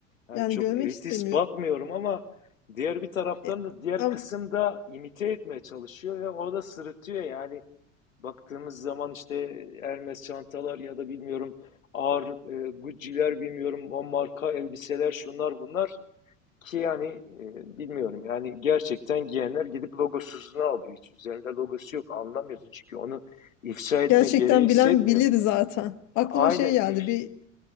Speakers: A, on the left; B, on the left.
A: Yani
B: Yani
A: çok
B: görmek
A: elitist
B: istemiyor.
A: bakmıyorum ama diğer bir taraftan
B: E,
A: da diğer
B: am-
A: kısım da imite etmeye çalışıyor ve o da sırıtıyor yani. Baktığımız zaman işte Hermes çantalar ya da bilmiyorum ağır e, Gucci'ler bilmiyorum o marka elbiseler şunlar bunlar ki yani e, bilmiyorum yani gerçekten giyenler gidip logosuzunu alıyor. Hiç üzerinde logosu yok anlamıyorsun çünkü onu ifşa etme
B: gerçekten
A: gereği hissetmiyor.
B: bilen bilir zaten. Aklıma
A: Aynen
B: şey geldi
A: if
B: bir